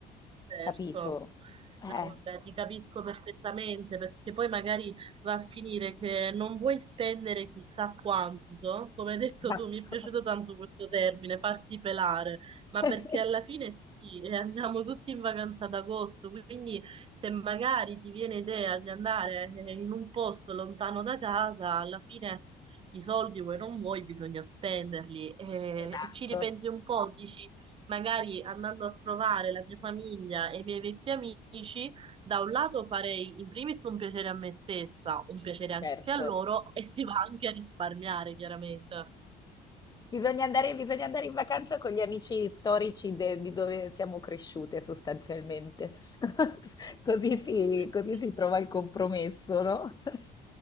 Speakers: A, on the right (about 35°); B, on the left (about 25°).
A: Certo.
B: capito? Eh,
A: No, vabbè, ti capisco perfettamente perché poi magari va a finire che non vuoi spendere chissà quanto, come hai detto
B: esatto,
A: tu, mi è piaciuto tanto questo termine, farsi pelare, ma
B: <laughs>
A: perché alla fine sì, e andiamo tutti in vacanza ad agosto, quindi se magari ti viene idea di andare eh, in un posto lontano da casa, alla fine i soldi vuoi non vuoi, bisogna spenderli e,
B: Esatto,
A: e ci ripensi un po', dici magari andando a trovare la mia famiglia e i miei vecchi amici, da un lato farei in primis un piacere a me stessa, un piacere anche
B: certo.
A: a loro e si va anche a risparmiare, chiaramente.
B: Bisogna andare, bisogna andare in vacanza con gli amici storici de- di dove siamo cresciute sostanzialmente. <laughs> Così si,
A: Eh,
B: così
A: Sì,
B: si trova il compromesso, no? <laughs>